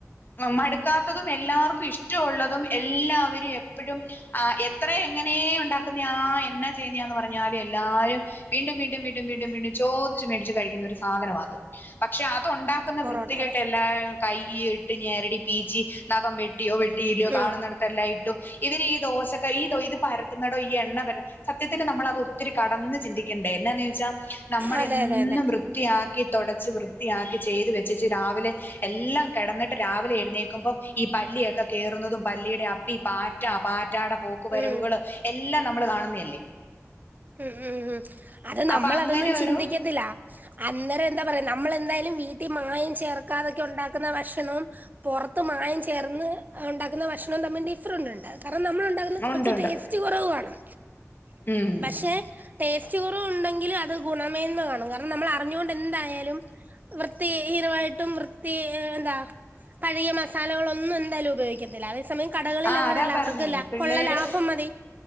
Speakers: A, on the left; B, on the right.
A: അഹ് മടുക്കാത്തതും എല്ലാർക്കും ഇഷ്ടഉള്ളതും എല്ലാവരും എപ്പഴും ആഹ് എത്രെ എങ്ങനേ ഉണ്ടാക്കുന്നയാ എന്ന ചെയ്യുന്ന്യാ ന്ന് പറഞ്ഞാലും എല്ലാരും വീണ്ടും വീണ്ടും വീണ്ടും വീണ്ടും വീണ്ടും ചോദിച്ച് മേടിച്ച് കഴിക്കുന്നൊരു സാധനവാ അത് പക്ഷെ അതൊണ്ടാ ക്കുന്ന
B: പൊറോട്ട
A: വൃത്തികെട്ടെല്ലാ
B: അതെ
A: കൈയ്യിട്ട് ഞെരടി പീച്ചി നഖം വെട്ടിയോ വെട്ടിയില്ല്യോ കാണുന്ന
B: ഉം
A: തല്ലയിട്ടു ഇവര് ഈ ദോശക്കയ് ഈതൊ ഇത് പരത്തുന്നടോ ഈ എണ്ണ പര സത്യത്തിൽ നമ്മളതൊത്തി കടന്ന് ചിന്തിക്കണ്ടേ എന്നാന്ന് ചോയ്ച്ചാ നമ്മളെന്നും
B: അതെ അതെ അതെ
A: വൃ ത്തിയാക്കി തൊടച്ച് വൃത്തിയാക്കി ചെയ്തു വെച്ചേച് രാവിലെ എല്ലാം കെടന്ന് രാവിലെ എഴുന്നേക്കുമ്പോം ഈ പല്ലിയൊക്കെ കേറുന്നതും പല്ലിയുടെ അപ്പി പാറ്റ പാറ്റാടെ പോക്കു വരവുകൾ
B: ഉം
A: എല്ലാം നമ്മള് കാണുന്നെ ല്ലേ
B: ഉം ഉം ഉം അത് നമ്മളതൊന്നും
A: അപ്പൊ അങ്ങനെ
B: ചിന്തിക്കത്തില്ല
A: ഒരു
B: അന്നേരം ന്താ പറയാ നമ്മളെന്തായാലും വീട്ടിൽ മായം ചേർക്കാതൊക്കെ ഉണ്ടാക്കുന്ന ഭക്ഷണവും പൊർത്ത് മായം ചേർന്ന് ണ്ടാക്കുന്ന ഭക്ഷണം തമ്മിൽ ഡിഫറന്റ് ണ്ട് കാരണം നമ്മൾ ണ്ടാക്ന്ന കൊറച്ച്
A: ഉണ്ട് ഉണ്ട്
B: ടേസ്റ്റ് കുറവ് വാണം
A: ഉം
B: പക്ഷെ ടേസ്റ്റ് കുറവ് ണ്ടെങ്കിലും അത് ഗുണമേെന്ന് കാണും കാരണം നമ്മൾ അറിഞ്ഞുകൊണ്ടെന്തായാലും വൃത്തി ഹീനമായിട്ടും വൃത്തി എന്താ പഴകിയ മസാലകളൊന്നും എന്തായാലും ഉപയോഗിക്കത്തില്ല അതേ സമയം കടകളിൽ
A: ആ
B: അങ്ങനല്ല
A: അതാ പറഞ്ഞേ
B: വൃദ്ധല
A: പിള്ളേര്
B: കൊള്ള ലാഭം മതി